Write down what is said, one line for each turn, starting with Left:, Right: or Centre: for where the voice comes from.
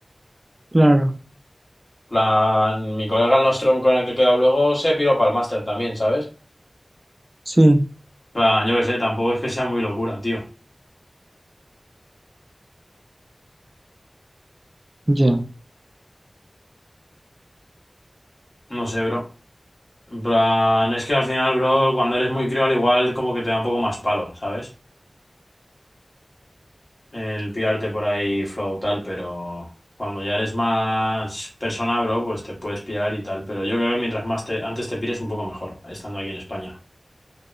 Right: claro.
Left: plan, mi colega el Nostrum con el que he quedado luego se piró para el máster también, ¿sabes?
Right: Sí,
Left: plan, yo qué sé, tampoco es que sea muy locura, tío.
Right: ya,
Left: No sé, bro. En plan, es que al final, bro, cuando eres muy crío, al igual como que te da un poco más palo, ¿sabes? El pirarte por ahí flow tal, pero cuando ya eres más persona, bro, pues te puedes pirar y tal. Pero yo creo que mientras más te, antes te pires, un poco mejor, estando aquí en España.